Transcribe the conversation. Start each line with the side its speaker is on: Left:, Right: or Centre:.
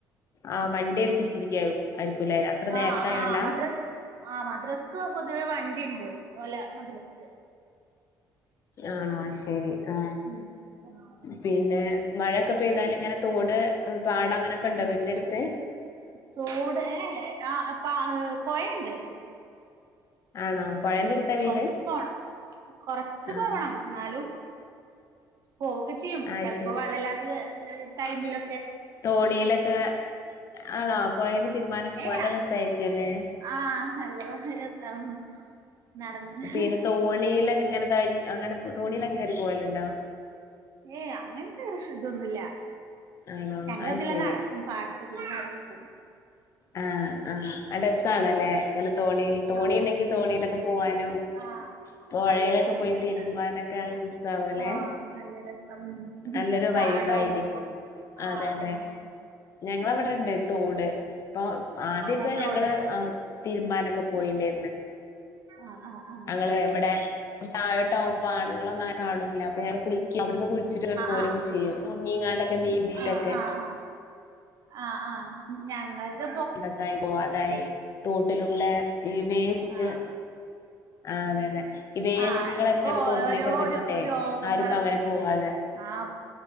Left: ആഹ് വണ്ടി ഏൽപ്പിച്ചിരിക്ക്യാവു ആയിരിക്കൂലേ അത്ര നേരത്തായോണ്ടാ
Right: ആഹ് ആഹ് മദ്രസ് ആഹ് മദ്രസ്ക്ക് പൊതുവേ വണ്ടി ഇണ്ട് ഓലാ മദ്രസ്ക്ക്
Left: ആണോ അയ് ശരി ആഹ്
Right: ഉം ആഹ്
Left: പിന്നേ മഴയൊക്കെ പെയ്താലിങ്ങനെ തോട് പാടം അങ്ങനെയൊക്കെ ണ്ടോ വീട്ടിനെടുത്ത്
Right: തോട് ഏഹ് കാ പാ ഏഹ് പൊയെണ്ട്
Left: ആണോ പുഴന്റെ അടുത്താ വീട്
Right: കൊറച്ച് പോണം കൊറച്ച്
Left: ആഹ്
Right: പോണം ന്നാലും പോവൊക്ക ചെയ്യും
Left: ആഹ്
Right: ചെൽപ്പോ
Left: ശരി
Right: വെള്ളല്ലാത്ത ഏഹ് ഏഹ് ടൈമിലൊ
Left: തോണിയിലൊക്കേ ആണോ പൊഴേല് തിരുമ്മാനൊക്കെ പോവാ
Right: ഏ
Left: നല്ല രസായിരിക്കൂല്ലേ
Right: ആഹ് നല്ല രസാണ് നടന്ന്
Left: പിന്നെ തോണിയിലെക്കിങ്ങനെ തൊഴഞ്ഞ് അങ്ങനെ തോണിയിലൊക്കെ കേറി പോവല്ണ്ടോ
Right: ഏയ് അങ്ങൻത്തെ റഷിതൊന്നുല്ല
Left: ആണോ
Right: ഞങ്ങളതിലെ
Left: അത് ശരി
Right: നടക്കും പാടത്ത് ത്ത് കൂടി നടക്കും
Left: ആഹ് ആഹ് അഹ് രസാണ് ല്ലേ അങ്ങനെ തോണീൽ തോണി
Right: ആഹ്
Left: ഇണ്ടെങ്കി തോണീലൊക്കെ പോവാനും
Right: ആഹ്
Left: പൊഴേലെക്ക
Right: നല്ല
Left: പോയി
Right: രസാണ്
Left: തിരുമ്പാനൊക്കെ നല്ല രസാവൂലേ
Right: ആഹ് നല്ല രസം
Left: നല്ലൊരു വൈബായിരിക്കും
Right: പാടോം
Left: അതെ
Right: ആഹ്
Left: അതെ
Right: ആഹ്
Left: ഞങ്ങളവിടെണ്ട് തോട് പ്പൊ ആദ്യൊക്കെ
Right: ഏ തോട്
Left: ഞങ്ങള് തീരുമ്പാനൊക്കെ പോയിണ്ടേര്ന്ന്.
Right: ആഹ് ആഹ്. ആഹ്
Left: ഞങ്ങള് ഇവ്ടെ ച്ചെതായോട്ടാവുമ്പോ ആണുങ്ങളൊന്നും കാണൂല അപ്പൊ ഞങ്ങള് കുളിക്കും അവിടെന്ന് കുളി ച്ചിട്ട് ഇങ്ങട്ട് പോരൊക്കെ
Right: ആഹ് ആഹ്
Left: ചെയ്യും മുങ്ങീങ്ങാണ്ടൊക്കെ നീന്തിട്ടൊക്കെ.
Right: ആഹ് ആഹ് ആഹ് ആഹ് ആഹ് ഞങ്ങൾത്.
Left: തൊക്കായി പോവാതായി തോട്ടിലൂടെ ഈ വേസ്റ്റ്.
Right: ആഹ്
Left: ആഹ് അതെ അതെ. ഈ വേസ്റ്റുകളൊക്കെ
Right: ആഹ് ഇപ്പൊ
Left: തോട്ടിലേക്കൊക്കെ
Right: ഓരോ
Left: ഇട്ടിട്ടെ
Right: രോഗങ്ങളൊക്കെ
Left: ആരിപ്പോ അങ്ങനെ പോവാതെ.
Right: ആഹ്